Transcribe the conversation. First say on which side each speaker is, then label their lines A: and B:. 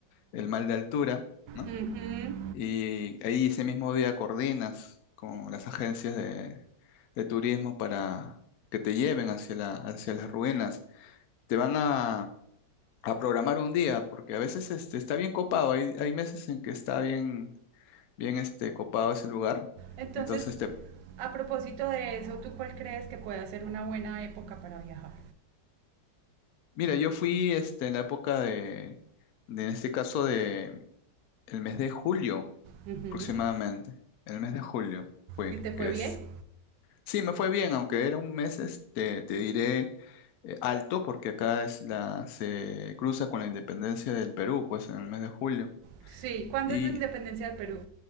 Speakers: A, on the left; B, on the right.
A: el mal de altura, ¿no?
B: Ujú.
A: Y ahí ese mismo día coordinas con las agencias de, de turismo para que te lleven hacia la, hacia las ruinas. Te van a, a programar un día, porque a veces este, está bien copado. Hay, hay meses en que está bien, bien este, copado ese lugar.
B: Entonces,
A: Entonces, te,
B: a propósito de eso, ¿tú cuál crees que puede ser una buena época para viajar?
A: mira, yo fui este, en la época de, de, en este caso, de el mes de julio
B: Ujú.
A: aproximadamente. El mes de julio fue,
B: ¿Y te fue
A: que
B: bien?
A: es Sí, me fue bien, aunque era un mes, este, te diré eh, alto, porque acá es la, se cruza con la independencia del Perú, pues en el mes de julio.
B: Sí, ¿cuándo
A: Y
B: es la independencia del Perú?